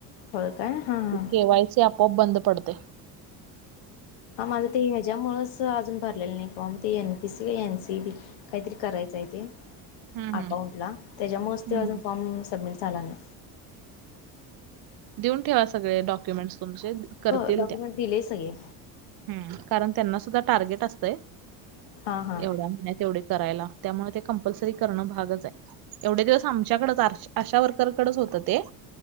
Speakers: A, on the left; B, on the right.
A: होय काय हां हां
B: केवायसी आपोआप बंद पडते.
A: माझं ते ह्याज्यामुळच अजून भरलेलं नाही फॉर्म, ते एन पी सी का एन सी बी. काहीतरी करायचं आहे ते
B: हम्म
A: अकाउंटला, त्याज्यामुळच
B: हम्म
A: त्यो
B: हम्म
A: अजून फॉर्म सबमिट झाला नाही.
B: देऊन ठेवा सगळे डॉक्युमेंट्स तुमचे. करतील
A: होय डॉक्युमेंट
B: त्या
A: दिले सगळे.
B: हम्म कारण त्यांना सुद्धा टार्गेट असतय.
A: हां हां
B: एवढ्या <unintelligible> तेवढे करायला. त्यामुळे ते कंपल्सरी करणं भागच हाय. एवढे दिवस आमच्याकड अशा वर्करकडच होतं ते.